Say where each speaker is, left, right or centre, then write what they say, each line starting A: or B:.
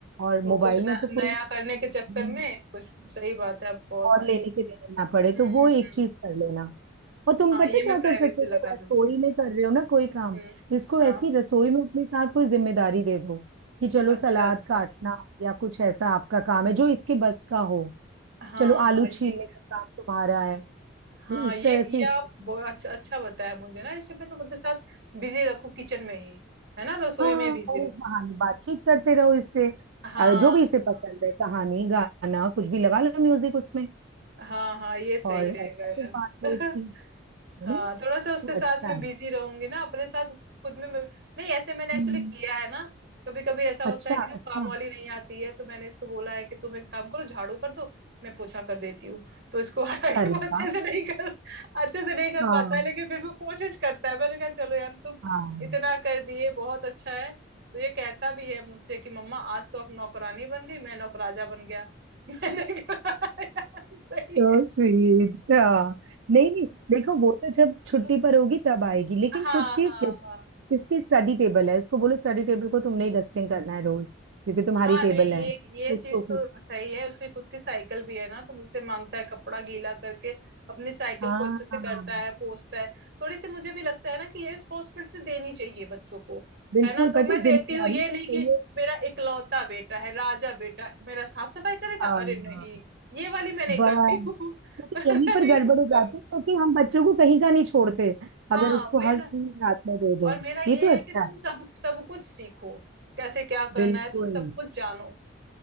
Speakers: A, on the right; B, on the right.
A: और मोबाइल
B: वो कुछ
A: में
B: न,
A: तो कोई
B: नया करने के चक्कर
A: हम्म,
B: में कुछ सही बात है आप बहुत
A: और लेने के देने ना पड़े तो
B: हम्म
A: वो एक
B: हम्म।
A: चीज कर लेना और तुम
B: हाँ
A: पता
B: ये
A: है क्या
B: मैं प्राइवेसी
A: कर सकते हो तुम
B: लगा
A: रसोई
B: दूंगी
A: में कर रहे हो ना कोई काम
B: हम्म
A: इसको वैसी
B: हाँ
A: रसोई में अपने साथ कोई जिम्मेदारी दे दो कि चलो
B: अच्छा
A: सलाद
B: अच्छा
A: काटना या कुछ ऐसा आपका काम है जो इसके बस का हो
B: हाँ
A: चलो
B: हाँ
A: आलू
B: ये
A: छीलने का काम तुम्हारा है
B: हाँ
A: तो इस
B: ये
A: तरह से
B: ये
A: इसको
B: आप बहु- अच्छा अच्छा बताया मुझे ना इसे मैं तो अपने साथ बिजी रखूं किचन में ही है ना रसोई
A: हाँ
B: में बिजी
A: और
B: रखूं
A: इस बहाने बातचीत करते रहो इससे
B: हाँ
A: अ, जो भी इसे पसंद
B: हाँ
A: है कहानी गाना कुछ भी लगा लो म्यूजिक उसमें
B: हाँ हाँ ये सही
A: और
B: रहेगा
A: ऐसा
B: यार
A: कुछ बांट
B: <laughs>
A: लो इसकी है
B: हाँ
A: ना
B: थोड़ा सा उसके
A: तो
B: साथ
A: अच्छा
B: मैं
A: है
B: बिजी रहूंगी ना अपने साथ उस- खुद में मैं, नहीं ऐसे मैंने
A: हम्म
B: एक्चुअली किया है ना कभी कभी ऐसा होता
A: अच्छा
B: है कि जो
A: अच्छा
B: काम वाली नहीं आती है तो मैंने इसको बोला है कि तुम एक काम करो झाड़ू कर दो मैं पोछा कर देती हूँ तो इसको <laughs> हालांकि
A: अरे
B: वो अच्छे
A: वाह
B: से नहीं कर अच्छे से नहीं कर
A: हाँ
B: पाता है लेकिन फिर भी वो कोशिश करता है मैंने कहा चलो यार तुम
A: हाँ
B: इतना कर दिए बहुत अच्छा है तो ये कहता भी है मुझसे कि मम्मा आज तो आप नौकरानी बन गई मैं नौकराजा बन गया <laughs> मैंने कहा "यार, सही
A: तो
B: है
A: स्वीट हाँ नहीं नहीं देखो वो तो जब छुट्टी
B: <laughs>
A: पर होगी तब आएगी लेकिन
B: हाँ
A: कुछ चीज
B: हाँ
A: जैसे
B: हाँ
A: इसकी स्टडी टेबल है उसको बोलो स्टडी टेबल को तुमने ही डस्टिंग करना है रोज क्योंकि तुम्हारी
B: हाँ
A: टेबल
B: नहीं
A: है
B: ये ये
A: उसको
B: चीज
A: कुछ
B: तो सही है उसकी खुद की साइकिल भी है ना तो मुझसे मांगता है कपड़ा गीला करके अपनी साइकिल
A: हाँ
B: को अच्छे से
A: हाँ
B: करता है पोंछता है थोड़ी सी मुझे भी लगता है ना कि ये रिस्पॉन्सिबिलिटी देनी चाहिए बच्चों को
A: बिल्कुल
B: है ना तो
A: पता
B: मैं
A: है, जिम्मेदारी
B: देती हूँ ये
A: चाहिए
B: नहीं कि मेरा इकलौता बेटा है राजा बेटा मेरा साफ सफाई करेगा
A: हाँ
B: अरे नहीं
A: हाँ,
B: ये वाली मैं नहीं
A: बस
B: करती हूँ <laughs>
A: क्योंकि
B: नहीं
A: यहीं पर गड़बड़
B: तुम
A: हो जाती
B: करो
A: है क्योंकि हम बच्चों को कहीं का नहीं छोड़ते अगर
B: हाँ
A: उसको
B: वही
A: हर
B: ना
A: चीज हाथ में दे
B: और
A: दें
B: मेरा
A: ये
B: ये
A: तो
B: है
A: अच्छा
B: कि
A: है
B: तुम सब सब कुछ सीखो कैसे क्या करना
A: बिल्कुल
B: है तुम सब कुछ जानो